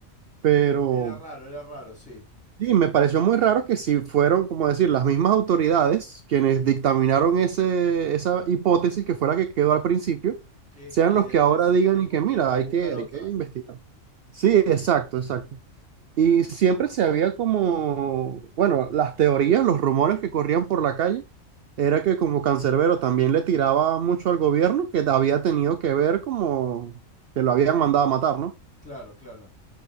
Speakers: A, on the right; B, in the centre.
A: pero
B: era raro, era raro, sí.
A: sí, me pareció muy raro que si fueron, como decir, las mismas autoridades quienes dictaminaron ese, esa hipótesis que fue la que quedó al principio,
B: Que,
A: sean
B: que
A: los
B: después,
A: que ahora digan
B: después
A: y que,
B: quieran
A: mira, hay
B: buscar
A: que,
B: otra.
A: hay que investigar. Sí, exacto, exacto. Y siempre se había como, bueno, las teorías, los rumores que corrían por la calle, era que como Cancerbero también le tiraba mucho al gobierno, que había tenido que ver como que lo habían mandado a matar, ¿no?
B: Claro, claro.